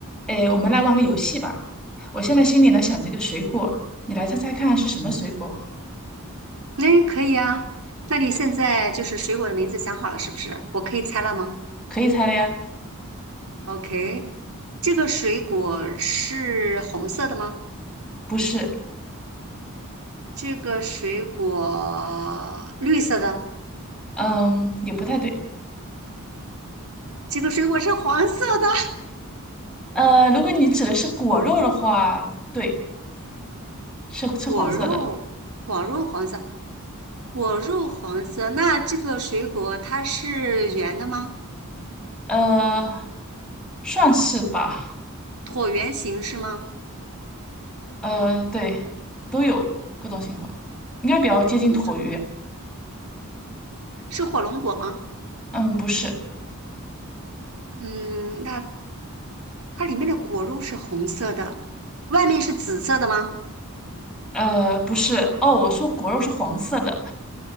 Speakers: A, in the centre; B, on the right (about 80°).
A: 诶，我们来玩个游戏吧。我现在心里呢想着一个水果，你来猜猜看是什么水果？
B: 那可以啊。那你现在就是水果的名字想好了是不是？我可以猜了吗
A: 可以猜了呀？
B: ？OK，这个水果是红色的吗？
A: 不是，
B: 这个水果绿色的，
A: 嗯，也不太对。
B: 这个水果是黄色的。
A: 呃，如果你指的是果肉的话，对，是是黄色的，
B: 果肉，果肉黄色，果肉黄色。那这个水果它是圆的吗？
A: 呃，算是吧。
B: 椭圆形是吗？
A: 呃，对，都有各种情况，应该比较接近椭圆。
B: 各种是火龙果吗？
A: 嗯，不是，
B: 嗯，那它里面的果肉是红色的，外面是紫色的吗？
A: 呃，不是。哦，我说果肉是黄色的，